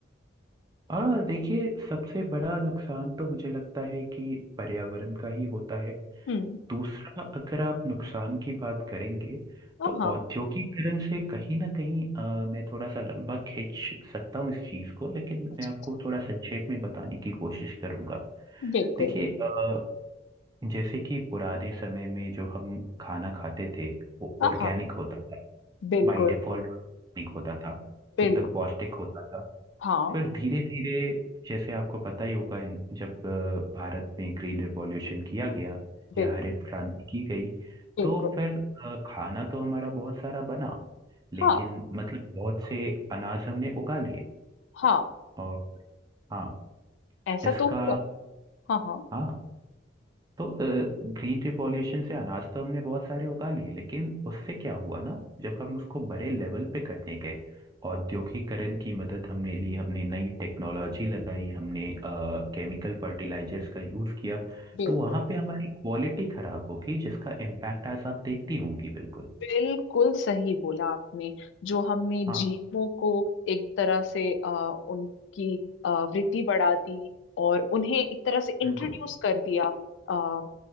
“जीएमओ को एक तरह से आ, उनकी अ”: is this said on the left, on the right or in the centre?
Left